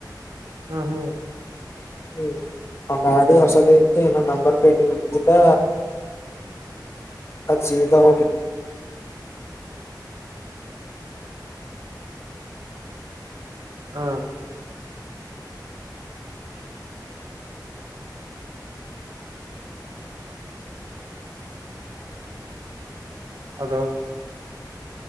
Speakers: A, on the right (about 65°); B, on the left (about 35°).
A: ಹ್ಮ್ ಹ್ಮ್
B: ಹ್ಮ್ ಆ ಗಾಡಿ ಹೊಸದೆ ಇತ್ತಿ ಹಿನಾ ನಂಬರ್ ಪ್ಲೇಟಬಿ ಇದ್ದಿಲ್ಲ. ಆದ್ ಸೀದಾ ಹೋಗಿ
A: ಹ ಅದು